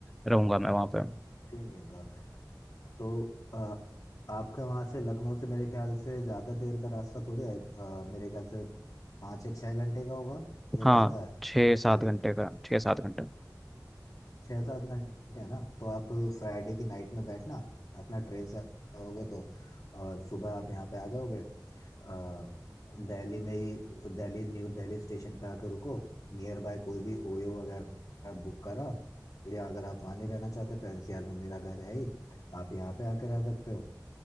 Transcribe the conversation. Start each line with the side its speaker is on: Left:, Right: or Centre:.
Centre: रहूँगा मैं वहाँ पे
Left: तीन दिन का तो आ, आपके वहां से लखनऊ से मेरे ख्याल से ज्यादा देर का रास्ता थोड़ी है आ, मेरे ख्याल से पाँच या छः घंटे का होगा या
Centre: हाँ
Left: ज्यादा है
Centre: छः सात
Left: दिल्ली
Centre: घंटे
Left: तक
Centre: का छः सात घंटे
Left: छः सात घंटे है ना तो आप फ्राइडे की नाइट में बैठना अपना ट्रेन से आओगे तो और सुबह आप यहाँ पे आ जाओगे आ, दिल्ली में ही दिल्ली न्यू दिल्ली स्टेशन पे आके रुको नियर बाय कोई भी ओयो वगैरह बुक करा या अगर आप वहाँ नहीं रहना चाहते तो एनसीआर में मेरा घर है ही आप यहाँ पे आके रह सकते हो